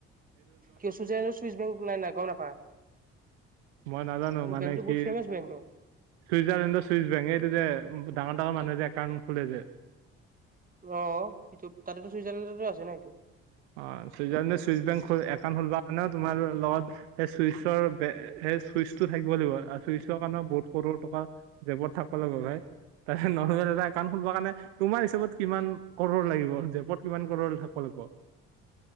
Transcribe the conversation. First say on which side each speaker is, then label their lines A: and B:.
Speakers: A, on the right (about 25°); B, on the right (about 80°).
A: কিয় চুইজাৰলেণ্ডৰ চুইচ বেংক নাই না গম নাপায়?
B: মই নাজানো।
A: এইটো
B: মানে
A: বেংকটো
B: কি
A: বহুত ফেমাচ বেংকটো
B: চুইজাৰলেণ্ডৰ চুইচ বেংক এইটো যে ডাঙৰ ডাঙৰ মানুহে যে একাউণ্ট খোলে যে?
A: অঁ সেইটো, তাতেতো চুইজাৰলেণ্ডতো আছে না এইটো।
B: অঁ ছুইজাৰলেণ্ডে ছুইচ বেংক একাউণ্ট খোলবা কাৰণে তোমাৰ লগত সেই চুইচৰ সেই চুইচটো থাকিব লাগিব আৰু চুইচৰ কাৰণে বহুত কৰৰ টকা জেপত থাকিবা লাগিব ভাই। তাৰপিছত নৰ্মেল এটা একাউণ্ট খুলবা কাৰণে তোমাৰ হিচাপত কিমান কৰৰ লাগিব জেপত কিমান কৰৰ থাকিব লাগিব?